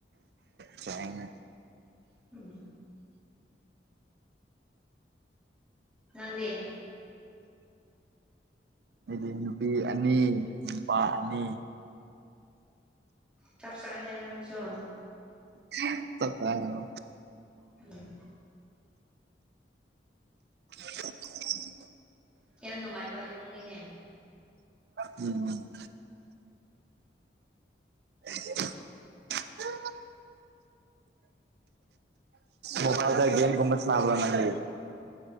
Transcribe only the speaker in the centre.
ꯎꯝ ꯅꯪꯗꯤ
ꯆꯥꯞ ꯆꯥꯏꯍꯦ ꯅꯪꯁꯨ
ꯎꯝ
ꯌꯥꯝ ꯅꯨꯡꯉꯥꯏꯕ ꯏꯃꯨꯡꯅꯤꯅꯦ